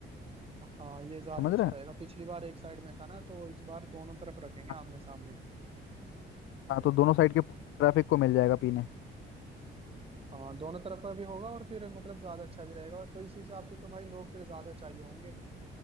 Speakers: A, on the right (about 30°); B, on the left (about 85°).
A: हाँ ये ज्यादा
B: समझ
A: अच्छा
B: रहे हैं
A: रहेगा पिछली बार एक साइड में था ना तो इस बार दोनों तरफ रखेंगे
B: हाँ
A: आमने सामने
B: हाँ, तो दोनों साइड के ट्रैफिक को मिल जाएगा पीने
A: हाँ दोनों तरफ का भी होगा और फिर मतलब ज्यादा अच्छा भी रहेगा तो इस हिसाब से तो भाई लोग फिर ज्यादा चाहिए होंगे